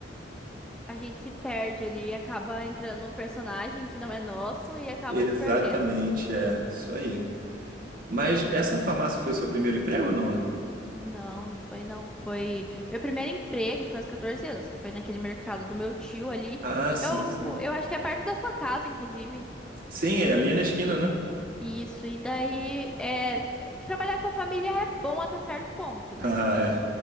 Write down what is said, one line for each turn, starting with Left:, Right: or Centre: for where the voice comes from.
Centre: a gente se perde ali, acaba entrando num personagem que não é nosso e acaba
Right: Exatamente,
Centre: se perdendo.
Right: é, isso aí. Mas essa farmácia foi seu primeiro emprego, não, né?
Centre: Não, foi não, foi... Meu primeiro emprego foi aos 14 anos, que foi naquele mercado do meu tio ali.
Right: Ah, sim,
Centre: Eu,
Right: sim.
Centre: eu acho que é perto da sua casa, inclusive.
Right: Sim, é ali na esquina, né? <laughs>
Centre: Isso, e daí, é... trabalhar com a família é bom até certo ponto, né?
Right: Ah, é.